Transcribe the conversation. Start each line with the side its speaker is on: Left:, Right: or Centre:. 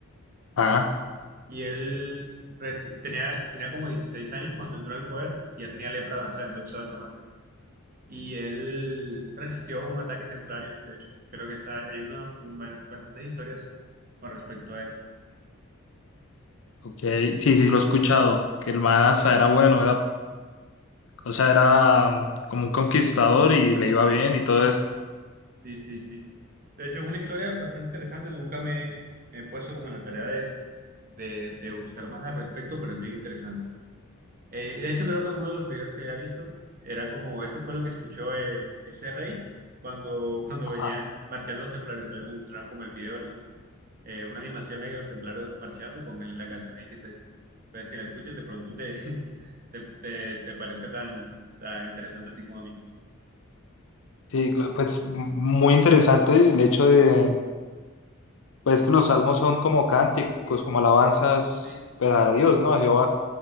Left: Ah,
Right: Y él reci- tenía, tenía como 16 años cuando entró al poder y ya tenía lepra avanzada, entonces usaba esa máscara. Y él resistió un ataque templario, de hecho. Creo que está, hay una, bastantes historias con respecto a él.
Left: ok. Sí, sí, lo he escuchado. Que el man hasta era bueno, era, o sea, era mm, como un conquistador y le iba bien y todo eso.
Right: Sí, sí, sí. De hecho, es una historia bastante interesante. Nunca me, me he puesto como en la tarea de, de- de buscar más al respecto, pero es bien interesante. Eh, y de hecho, creo que uno de los videos que había visto era como, esto fue lo que escuchó eh, ese rey cuando, <laughs> cuando
Left: Ajá.
Right: venían marchando los templarios. Entonces nos mostraron como el video de los, eh, una animación ahí de los templarios marchando con el- la canción ahí que te di. Entonces, si la escuchas, de pronto te, <laughs> te, te, te parezca tan, tan interesante así como a mí.
Left: Sí, claro, pues m- muy interesante el hecho de, pues que los salmos son como cánticos, como alabanzas
Right: Sí,
Left: pues, a Dios, ¿no? A Jehová.